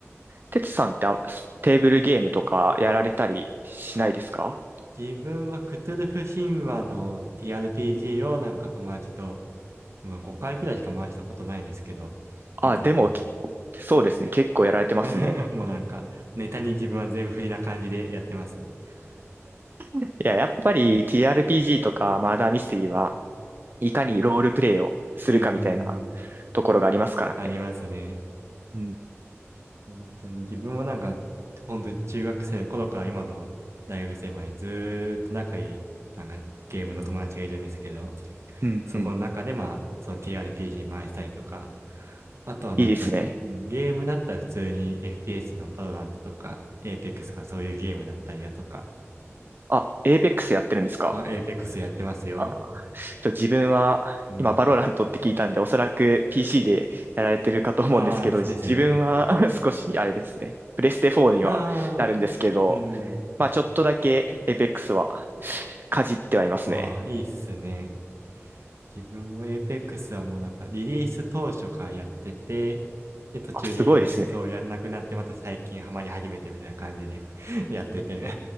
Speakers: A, on the right; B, on the right.
A: テツさんってあテーブルゲームとかやられたりしないですか
B: 自分はクトゥルフ神話の TRPG
A: うん
B: をなんか友達と、もう5回くらいしか回したことないんですけど、
A: あ、
B: 結構もうなんか
A: でもきそうですね。結構やられてますね。
B: <laughs> もうなんか、ネタに自分は全振りな感じでやってますね。
A: いや、やっぱり TRPG とかマーダーミステリーは
B: うん
A: いかにロールプレイをするかみたいな
B: うーん、
A: ところがありますからね。
B: ありますね。
A: うん、
B: 本当に自分もなんか、本当に中学生の頃から今の大学生までずーっと仲いい、なんかゲームの友達がいるんですけど、
A: うん、
B: そこの中でまあ、
A: うん。
B: その TRPG 回したりとか、あとはなんか、
A: いいですね。
B: ゲームだったら普通に FPS のバロラントとか、Apex とかそういうゲームだったりだとか、
A: あ、エーペックスやってるんですか
B: あ、Apex やってますよ。
A: あちょ、自分は今バロラントって聞いたんで、
B: うん。
A: おそらく PC でやられてるかと思うんですけど、
B: ああ、
A: 自分は
B: ですよ。
A: <laughs> 少しあれですね。プレステ4にはなるんですけど、
B: ああ、うん。
A: まあちょっとだけエーペックスはかじってはいますね。
B: ああ、いいっすね。自分も Apex はもうなんかリリース当初からやってて、で、途中でそうやんなくなってまた最近ハマり始めてみたいな感じで
A: あ、すごいですね。
B: <laughs> やってて